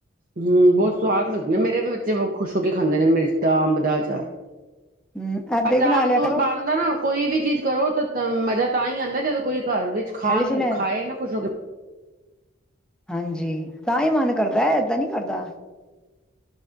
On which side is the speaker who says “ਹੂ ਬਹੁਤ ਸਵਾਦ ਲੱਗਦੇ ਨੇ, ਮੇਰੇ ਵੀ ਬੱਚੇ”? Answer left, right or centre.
Right